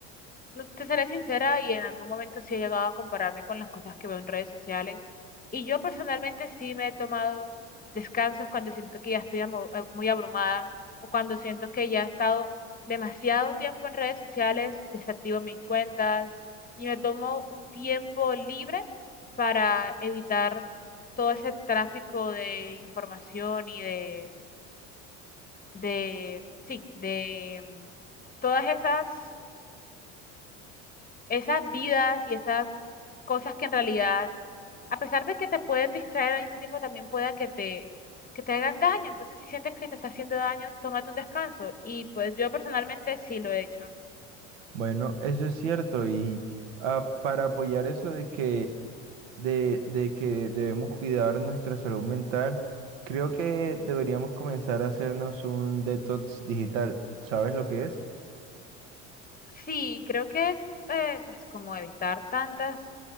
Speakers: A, on the left; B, on the right.
A: No te seré sincera y en algún momento sí he llegado a compararme con las cosas que veo en redes sociales. Y yo personalmente sí me he tomado descansos cuando siento que ya estoy amo- eh, muy abrumada o cuando siento que ya he estado demasiado tiempo en redes sociales, desactivo mis cuentas y me tomo un tiempo libre para evitar todo ese tráfico de información y de, de, sí, de mm, todas esas esas vidas y esas cosas que en realidad, a pesar de que te pueden distraer al mismo tiempo, también pueda que te, que te hagan daño. Entonces, si sientes que te está haciendo daño, tómate un descanso. Y pues yo personalmente sí lo he hecho.
B: Bueno, eso es cierto y ah, para apoyar eso de que de, de que debemos cuidar nuestra salud mental, creo que deberíamos comenzar a hacernos un detox digital. ¿Sabes lo que es?
A: Sí, creo que es eh, pues como evitar tantas,